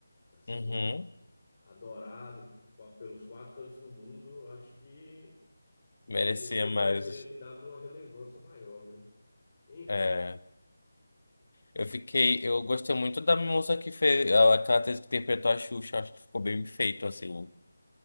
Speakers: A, on the left; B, on the left.
A: Assim,
B: Uhum.
A: adorado pa- pelos quatro cantos do mundo. Acho que
B: Merecia
A: teria, teria,
B: mais.
A: teria que dar uma relevância maior, né? Enfim,
B: É. Eu fiquei. Eu gostei muito da moça que fez. Ela, aquela atriz que interpretou a Xuxa. Acho que ficou bem feito, assim. O